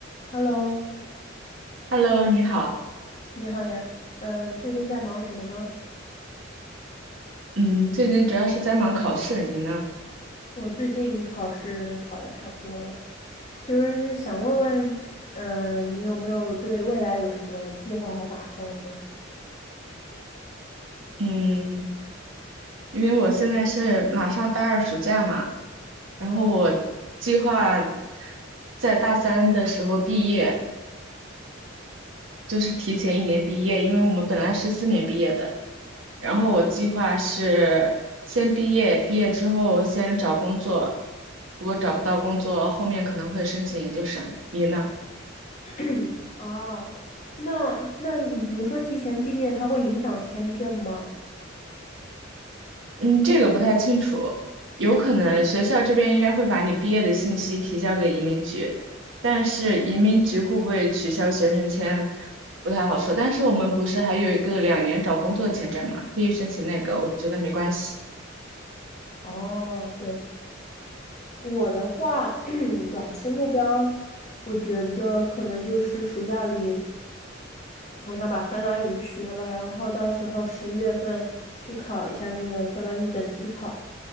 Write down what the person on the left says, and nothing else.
Hello，
你好呀。嗯，最近在忙什么呢？
我最近考试考的差不多了，就是想问问，嗯，你有没有对未来有什么计划和打算呢？
嗯，
<coughs> <clears throat> 啊，那那你比如说提前毕业，它会影响签证吗？
哦，对，我的话，<coughs> <clears throat> 短期目标，我觉得可能就是暑假里。我想把芬兰语学了，然后到时候十一月份去考一下那个芬兰语等级考。